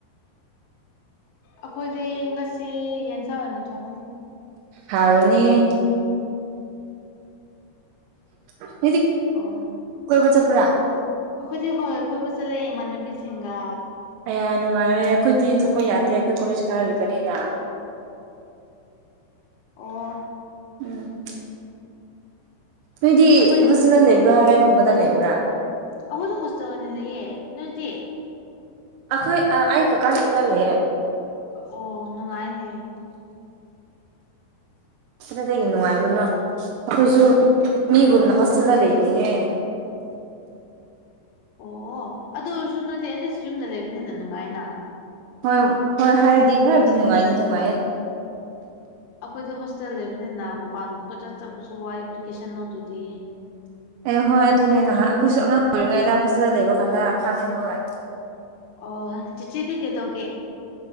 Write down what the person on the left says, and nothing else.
ꯑꯈꯣꯏꯗꯤ ꯉꯁꯤ ꯌꯦꯟꯁꯥ ꯑꯣꯏꯅ ꯊꯣꯡꯒꯅꯤ
ꯑꯣ
ꯑꯈꯣꯏꯗꯤ ꯍꯣꯏ ꯀꯣꯏꯕ ꯆꯠꯂꯦ ꯏꯃꯥꯟꯅꯕꯤꯁꯤꯡꯒ
ꯑꯣ
ꯑꯩꯈꯣꯏ
ꯑꯈꯣꯏꯗ‌ꯣ ꯍ‌ꯣꯁꯇ‌ꯦꯜ ꯑꯪꯏꯅ ꯂꯩꯌꯦ ꯅꯣꯏꯗꯤ
ꯑꯣ ꯅꯨꯡꯉꯥꯏꯅꯦ
ꯑꯣ ꯑꯗꯨ ꯑꯣꯏꯔꯁꯨ ꯅꯣꯏꯗꯤ ꯑꯦꯠꯂꯤꯁ ꯌꯨꯝꯗ ꯂꯩꯕꯅꯤꯅ ꯅꯨꯡꯉꯥꯏꯅ
ꯑꯩꯈꯣꯏꯗꯤ ꯍꯣꯁꯇꯦꯜ ꯂꯩꯕꯅꯤꯅ ꯃꯄꯥꯟ ꯀ‌ꯣꯏꯆꯠ ꯆꯠꯄꯁꯨ ꯋꯥꯏ ꯑꯦꯄ꯭ꯂꯤꯀꯦꯁꯟ ꯂꯧꯗ꯭ꯔꯗꯤ
ꯑꯣ ꯆꯤꯆꯤꯗꯤ ꯀꯩꯇꯧꯒꯦ